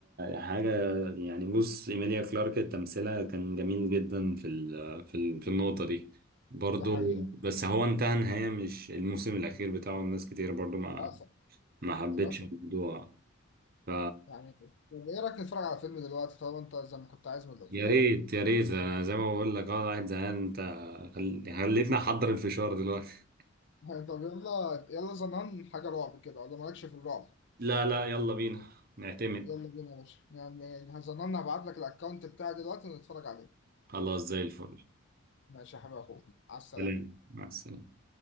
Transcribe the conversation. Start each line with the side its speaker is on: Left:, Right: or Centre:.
Right: حاجة يعني بص إيميليا كلارك تمثيلها كان جميل جدا في ال في ال في النقطة دي برضو
Left: دي حقيقه
Right: بس هو انتهى نهاية مش الموسم الأخير بتاعه الناس كتير برضو ما
Left: للاسف
Right: ما حبتش
Left: للاسف
Right: الموضوع ف
Left: يعني طب ايه رايك نتفرج على فيلم دلوقتي طالما انت زي ما كنت عايز من-
Right: يا
Left: في الاول
Right: ريت يا ريت أنا زي ما بقول لك أه قاعد زهقان أنت خل... خليتني أحضر الفشار دلوقتي
Left: <laughs> يعني طب يلا يلا زمان حاجه رعب كده ولا مالكش في الرعب
Right: لا لا يلا بينا نعتمد
Left: يلا بينا يا باشا يعني هظن انا هبعت لك الاكونت بتاعي دلوقتي ونتفرج عليه
Right: خلاص زي الفل
Left: ماشي يا حبيبي اخوك على السلامة
Right: سلام مع السلامة